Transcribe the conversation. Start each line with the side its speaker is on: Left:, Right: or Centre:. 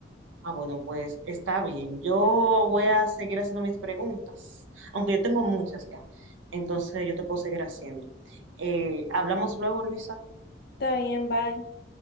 Right: Ah, bueno, pues está bien. Yo voy a seguir haciendo mis preguntas, aunque yo tengo muchas ya. Entonces yo te puedo seguir haciendo. Eh, hablamos luego, Luisa.
Left: Está bien, bye.